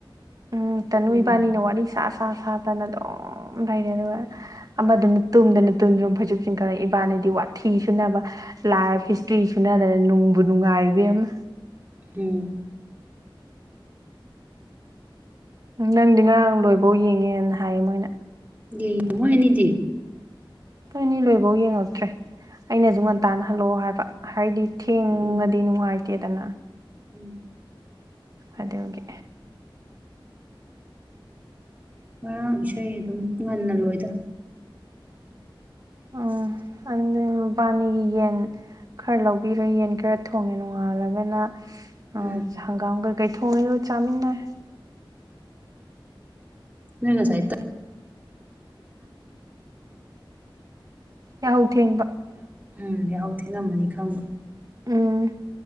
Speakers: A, on the right; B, on the right.
A: ꯎꯝ ꯇ ꯅꯨꯏꯕꯥꯅꯤꯅ
B: ꯎꯝ
A: ꯋꯥꯔꯤ ꯁꯥ ꯁꯥ ꯃꯁꯥ ꯇꯅ ꯑꯗꯨꯝ ꯂꯩꯔꯦ ꯑꯗꯨꯒ ꯑꯃꯗꯅ ꯇꯨꯝꯗꯅ ꯇꯨꯝꯗꯅ ꯐꯣꯏꯖꯨꯞꯁꯤꯡ ꯈꯔ ꯏꯕꯥꯅꯤꯗꯤ ꯄꯥꯊꯤ ꯁꯨꯅꯕ ꯂꯥꯏꯐ ꯍꯤꯁꯇ꯭ꯔꯤ ꯁꯨꯅꯗꯅ ꯅꯨꯡꯕꯨ ꯅꯨꯡꯉꯥꯏꯕ ꯑꯃ
B: ꯍꯝ
A: ꯅꯪꯗꯤ ꯉꯔꯥꯡ ꯂꯣꯏꯕꯧ ꯌꯦꯡꯉꯦꯅ ꯍꯥꯏꯌꯦ ꯃꯣꯏꯅ
B: ꯗ ꯃꯣꯏ ꯑꯦꯅꯤꯗꯤ
A: ꯅꯣꯏ ꯑꯅꯤ ꯂꯣꯏꯐꯧ ꯌꯦꯡꯉꯛꯇ꯭ꯔꯦ ꯑꯩꯅꯁꯨ ꯉꯟ ꯇꯥꯟꯅꯍꯜꯂꯛꯑꯣ ꯍꯥꯏꯕ ꯍꯥꯏꯗꯤ ꯊꯦꯡꯉꯗꯤ
B: ꯎꯝ
A: ꯅꯨꯡꯉꯥꯏꯇꯦꯗꯅ
B: ꯎꯝ
A: ꯑꯗ ꯑꯣꯀꯦ
B: ꯉꯔꯥꯡ ꯏꯁꯩ ꯑꯗꯨꯝ ꯉꯟꯅ ꯂꯣꯏꯗ <unintelligible>
A: ꯎꯝ ꯑꯗꯨ ꯃꯕꯥꯅꯤꯒꯤ ꯌꯦꯟ ꯈꯔ ꯂꯧꯕꯤꯔꯣꯏ ꯌꯦꯟ ꯈꯔ ꯊꯣꯡꯉꯦ ꯅꯣꯡꯉꯥꯜꯂꯒꯅ ꯑ
B: ꯎꯝ
A: ꯍꯪꯒꯥꯝ ꯀꯩꯀꯩ ꯊꯣꯡꯉꯦ ꯂꯣꯏ ꯆꯥꯃꯤꯟꯅꯔ
B: ꯎꯝꯉꯁꯥꯏ
A: ꯌꯥꯍꯧ ꯊꯦꯡꯕ
B: ꯎꯝ ꯌꯥꯍꯧ ꯊꯦꯡꯉꯝꯃꯅꯤ ꯈꯪꯕ
A: ꯎꯝ